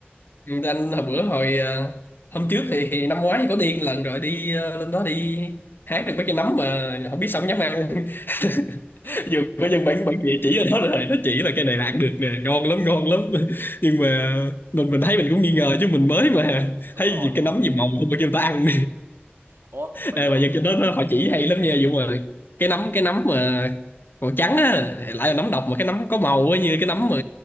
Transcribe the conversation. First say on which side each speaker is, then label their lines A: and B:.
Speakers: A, on the left (about 55°); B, on the right (about 70°).
A: Ừ, anh hồi bữa hồi ờ, hôm trước thì, thì năm ngoái có đi một lần rồi đi ờ, lên đó đi hái được mấy cái nấm mà không biết sao không dám ăn <laughs>
B: <laughs>
A: vừa có dân bản bản địa chỉ ở đó rồi nó chỉ là cái này là ăn được nè ngon lắm ngon lắm nhưng mà mình mình thấy mình cũng nghi ngờ chứ mình mới mà
B: đúng
A: thấy
B: rồi
A: gì cái nấm gì màu không mà kêu người ta ăn
B: ủa bình
A: Ê,
B: thường
A: mà dân trên đó họ chỉ hay lắm nha Dũng ơi cái nấm cái nấm mà màu trắng á lại là nấm độc mà cái nấm có màu á như cái nấm mà